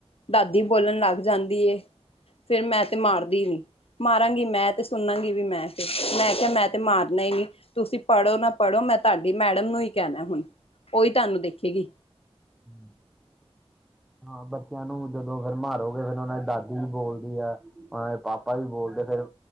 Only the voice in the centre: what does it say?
ਹਮ <inaudible> ਹਾਂ, ਬੱਚਿਆਂ ਨੂੰ ਜਦੋਂ ਫਿਰ ਮਾਰੋਗੇ, ਫਿਰ ਉਹਨਾਂ ਦੀ ਦਾਦੀ ਵੀ ਬੋਲਦੀ ਹੈ। ਹਾਂ, ਪਾਪਾ ਵੀ ਬੋਲਦੇ ਫੇਰ-